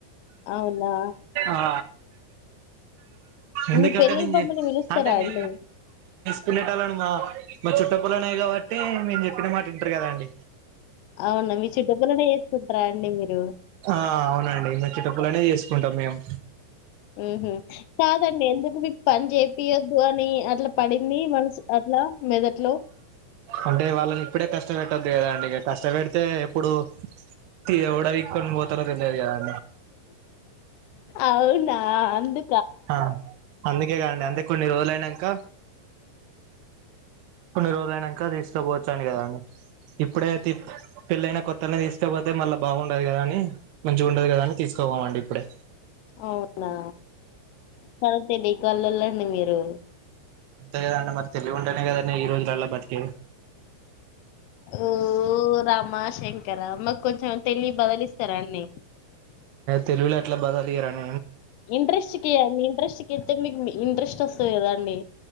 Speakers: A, on the left; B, on the right.
A: అవునా
B: ఆ ఎందుకంటే
A: మీ పెళ్ళికి
B: నేను
A: మమ్మల్ని పిలుస్తారా
B: చె అంటే మీ
A: అండి
B: పనేేటళ్ని మా మా చుట్టపుల్లనే కాబట్టి మేము చెప్పిన మాట వింటరు కదా అండి
A: అవునా మీరు చుట్బలనే చేసుకుంటారా అండి మీరు
B: ఆ అవునండి మె చుట్టప్పుల్లనె చేసుకుంటాం మేము
A: ఉహు కాదండి ఎందుకు మీకు పని చేపియద్దు అట్లా పడింది మనసు అట్ల మెదట్లో
B: అంటే వాళ్ళని ఇప్పుడే కష్టపెట్టొద్దు కదా అండి ఇ కష్టపెడితే ఎప్పుడు ఇక ఊడబిక్కోని పోలార్ కదండి
A: అవునా అందు
B: ఆ అందుకే కాండి అంతే కొన్ని రోజులైనాంక కొన్ని రోజులయినాక తీసుకోపోతాన్ కదా అని ఇప్పుడే పెళ్ళయినా కొత్తని తీసుకపోతే మళ్ళ బాగుండదు కదా అని మంచిగా ఉండదు కదా అని తీసుకు కుపోమండి ఇప్పుడె
A: అవునా చాలా తెలివి కాళ్ళలండి మీరు
B: అంతే కదండి మరి తెలివి ఉంటేనే కదండీ ఈ రోజులలా బతికే
A: ఓ రామా శంకర మాకు కొంచెం తెలివి బదిలిస్తారా అన్నీ
B: తెలివిలో ఎట్ల బదలిరా న
A: ఇంట్రెస్ట్ కి మండి ఇంట్రెస్ట్ క ఇస్తతే మీకు ఇంట్రెస్ట్ వస్తుంది కదా అండి